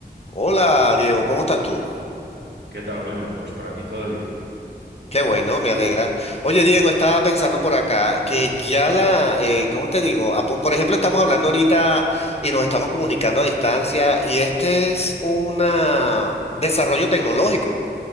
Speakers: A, on the left (about 35°); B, on the right (about 80°).
A: Hola Diego, ¿cómo estás tú?
B: ¿Qué tal, Wilmer? Pues por aquí todo bien.
A: Qué bueno, me alegra. Oye Diego, estaba pensando por acá que ya la, eh, ¿cómo te digo? Ah, po- por ejemplo, estamos hablando ahorita y nos estamos comunicando a distancia y este es un desarrollo tecnológico